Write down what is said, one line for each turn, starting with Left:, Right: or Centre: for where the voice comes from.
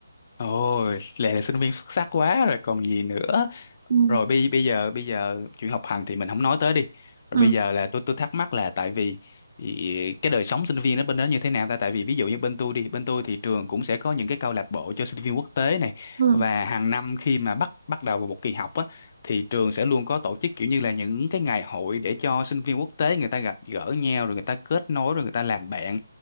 Left: Ôi, Lệ là sinh viên xuất sắc quá rồi còn gì nữa
Right: Ừ.
Left: rồi bây bây giờ bây giờ chuyện học hành thì mình không nói tới đi rồi
Right: Ừ.
Left: bây giờ là tôi tôi thắc mắc là tại vì ý- cái đời sống sinh viên ở bên đó như thế nào ta tại vì ví dụ như bên tôi đi bên tôi thì trường cũng sẽ có những cái câu lạc bộ cho sinh viên quốc tế này
Right: Ừ.
Left: và hàng năm khi mà bắt bắt đầu vào một kỳ học á thì trường sẽ luôn có tổ chức kiểu như là những cái ngày hội để cho sinh viên quốc tế người ta gặp gỡ nhau rồi người ta kết nối rồi người ta làm bạn